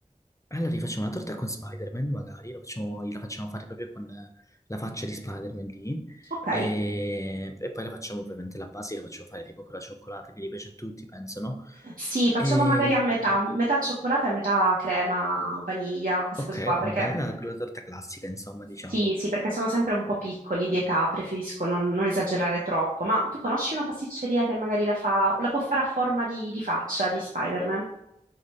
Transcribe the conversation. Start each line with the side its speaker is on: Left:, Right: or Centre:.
Left: Allora rifacciamo una torta con Spider-Man, magari, lo facciamo- la facciamo fare proprio con eh, la faccia di Spider-Man lì,
Right: Ok,
Left: e, e poi la facciamo ovviamente la base, la facciamo fare tipo con la cioccolata che gli piace a tutti, penso, no?
Right: Sì,
Left: E,
Right: facciamo magari a metà, un- metà cioccolata e metà crema, vaniglia, queste
Left: ok,
Right: cose qua,
Left: come
Right: perché
Left: bene, la, la torta classica, insomma, diciamo.
Right: sì, sì, perché sono sempre un po' piccoli di età, preferisco non, non esagerare troppo. Ma tu conosci una pasticceria che magari la fa, la può fare a forma di, di faccia di Spider-Man?